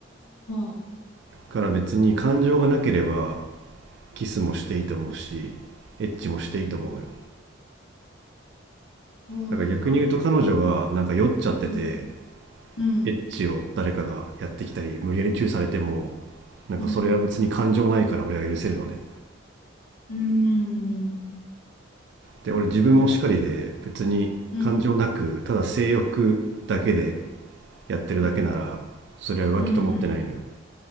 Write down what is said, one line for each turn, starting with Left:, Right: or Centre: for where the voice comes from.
Left: あー、
Right: だから別に感情がなければキスもしていいと思うしエッチもしていいと思うのよ
Left: そうなんだ。
Right: だから逆に言うと彼女がなんか酔っちゃってて
Left: うん。うん。
Right: エッチを誰かがやってきたり無理やりチューされてもなんかそれは別に感情ないから俺は許せるのね
Left: うん。うーん。
Right: で俺自分もしかりで別に感情なくただ性欲だけで
Left: うん。
Right: やってるだけならそれは浮気と思ってないのよ
Left: うん。うん。